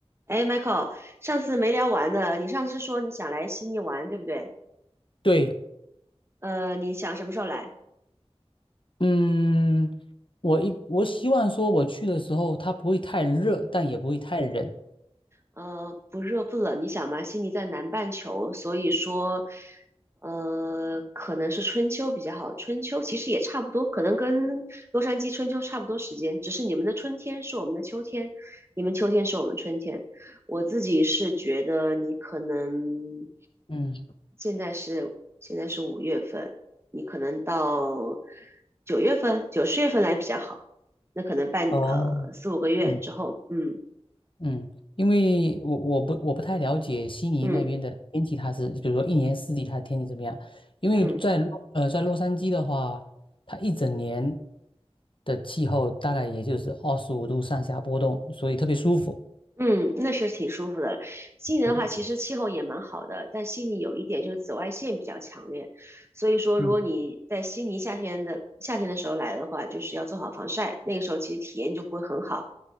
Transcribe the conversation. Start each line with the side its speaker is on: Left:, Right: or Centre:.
Right: 哎，Michael，上次没聊完呢。你上次说你想来悉尼玩，对不对？
Left: 对，
Right: 呃，你想什么时候来？
Left: 嗯，我一我希望说我去的时候它不会太热，但也不会太冷。
Right: 呃，不热不冷，你想嘛，悉尼在南半球，所以说，呃，可能是春秋比较好。春秋其实也差不多，可能跟洛杉矶春秋差不多时间，只是你们的春天是我们的秋天，你们秋天是我们春天。我自己是觉得你可能
Left: 嗯
Right: 现在是现在是五月份，你可能到九月份、九十月份来比较好，那可能半呃四五个月之后，
Left: 哦，嗯
Right: 嗯
Left: 嗯，因为我我不我不太了解悉尼那边的天气，
Right: 嗯
Left: 它是比如说一年四季它的天气怎么样？因为在洛呃在洛杉矶的话，
Right: 嗯。
Left: 它一整年的气候大概也就是二十五度上下波动，所以特别舒服。
Right: 嗯，那是挺舒服的。悉尼的话，
Left: 对
Right: 其实气候也蛮好的，但悉尼有一点就是紫外线比较强烈，所以说如果你在悉尼夏天的夏天的时候来的话，
Left: 嗯
Right: 就是要做好防晒，那个时候其实体验就不会很好。